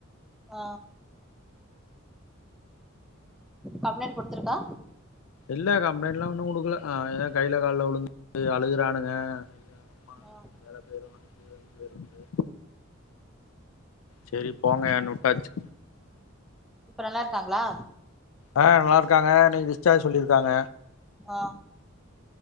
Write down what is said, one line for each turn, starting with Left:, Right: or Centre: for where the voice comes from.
Centre: அ கம்ப்ளைண்ட் குடுத்துருக்கா
Left: இல்ல கம்ப்ளைண்ட்லாம் ஒன்னும் குடுக்குல ஏதோ கைல கால்ல உழுந்து அழுகுறானுங்க அ
Centre: ஆ
Left: வேற பேரு அது பேது பேருந்து சேரி போங்கயான் உட்டாச்சு
Centre: இப்ப நல்லாருக்காங்ளா
Left: அ நல்லாருக்காங்க இன்னக்கி டிஸ்சார்ஜ் சொல்லிருக்காங்க
Centre: அ